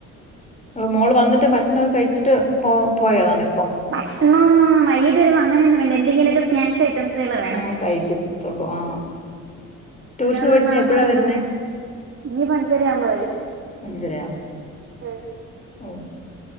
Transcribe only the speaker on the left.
മോള് വന്നിട്ട് ഭക്ഷണൊക്കെ കഴിച്ചിട്ട് പോ പോയതാണ്. ഇപ്പം
ആഹ്
കഴിക്കത്തുള്ളൂ ആഹ് ട്യൂഷന്
പോയിട്ട് ഇനി
എപ്പഴാ വരുന്നേ
അഞ്ചരയാവൂല
ഓ